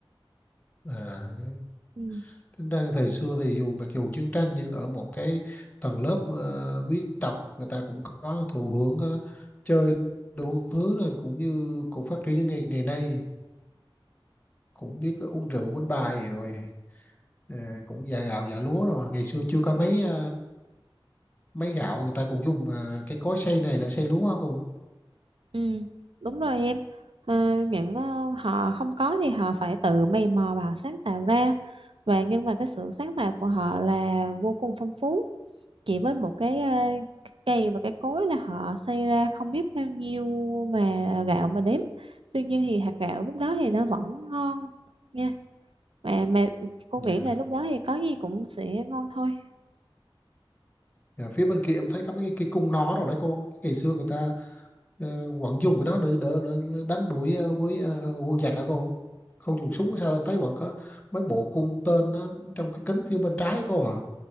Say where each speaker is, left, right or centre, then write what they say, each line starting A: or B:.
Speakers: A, on the left; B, on the right.
A: à, đấy.
B: Ừ,
A: tính ra thời xưa thì dù mặc dù chiến tranh nhưng ở một cái tầng lớp uh, quý tộc người ta cũng có thụ hưởng có chơi đủ thứ rồi cũng như cũng phát triển như ngày ngày nay cũng biết uống rượu uống bài rồi à, cũng dạ gạo dạ lúa rồi ngày xưa chưa có mấy à, máy gạo người ta cũng dùng à, cái cối xay này để xay lúa hả cô
B: ừ, đúng rồi em. À, những ờ, họ không có thì họ phải tự mày mò và họ sáng tạo ra. Và nhưng mà cái sự sáng tạo của họ là vô cùng phong phú. chỉ với một cái ờ, cái cây và cái cối là họ xây ra không biết bao nhiêu mà gạo mà đếm tuy nhiên thì hạt gạo lúc đó thì nó vẫn ngon nha mà mà cô
A: Dạ.
B: nghĩ là lúc đó thì có gì cũng sẽ ngon thôi
A: Dạ, phía bên kia em thấy có mấy cái, cái cung nỏ rồi đấy cô ngày xưa người ta uh, vẫn dùng cái đó để, để, để đánh đuổi ờ, với ờ, quân giặc hả cô không dùng súng sao em thấy vẫn có mấy bộ cung tên nó trong cái kính phía bên trái á cô à